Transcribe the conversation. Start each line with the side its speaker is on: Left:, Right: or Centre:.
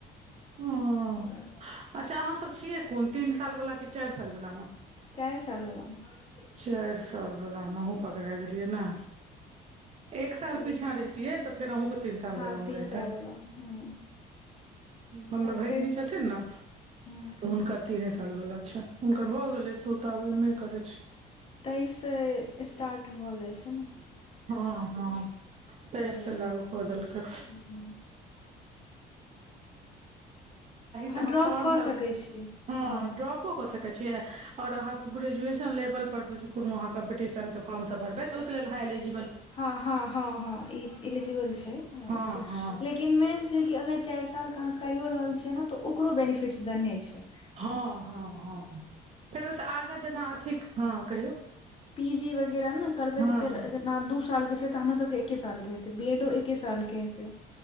Left: ह
Right: हँ
Left: <unintelligible>
Right: अच्छा अहाँ सब छियै कोन तीन साल वाला कि चारि साल वला मे
Left: चारि साल वला मे
Right: चारि साल बलामे अहुँ पकड़ाए गेलियै नै एक साल
Left: तऽ
Right: पीछा रैहतियै तऽ फेर अहुंके तीन साल
Left: हँ
Right: बला
Left: तीन
Right: मे रहिता
Left: साल वाला हँ
Right: हमर
Left: आओर
Right: भैगिनी
Left: फेर
Right: छथिन न
Left: हँ
Right: हुनकर तीने साल वाला छै हुनकर भए गेलै तू तऽ आब एमे करे छै
Left: तेइस से स्टार्ट भऽ जाइ छै न
Right: हँ हँ तइस
Left: वाला
Right: लागू क देलकै
Left: हँ अहाँ
Right: त
Left: ड्रॉप कऽ सकै
Right: <inaudible>
Left: छी
Right: ह
Left: हँ
Right: ड्रॉपो क सकैत छीय और अहाँ के ग्रेजुएशन लेवल पर कोनो अहाँ कम्पटीशन के काम सब भरबै त ओइके लेल हाइएलिज
Left: ह ह हँ हँ एलिजिबल छै
Right: हँ
Left: ई छै
Right: हँ
Left: लेकिन मेन जेकि अगर चारि सालके अहाँ कइयओ रहल छियै न तऽ ओकरो बेनिफिट्स देने छै
Right: हँ हँ हँ तैमेस सँ आगाँ जेना अथी हँ कहियौ
Left: पी जी वगैरह न करबै
Right: हँ
Left: तऽ फेर जेना दू साल के छै तऽ हमरा सबके एके साल के हेतै बी एडो एके साल के हेतै